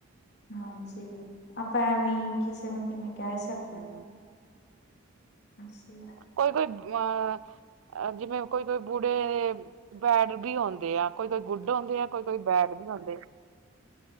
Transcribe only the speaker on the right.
ਹੂੰ।
ਕੋਈ-ਕੋਈ ਬ, ਅਂ ਜਿਵੇਂ ਕੋਈ-ਕੋਈ ਬੁੱੜੇ ਬੈੜ ਬੀ ਹੋਂਦੇ ਆ, ਕੋਈ-ਕੋਈ ਗੁੱਡ ਹੋਂਦੇ ਆ, ਕੋਈ-ਕੋਈ ਬੈੜ ਬੀ ਹੋਂਦੇ ਆ।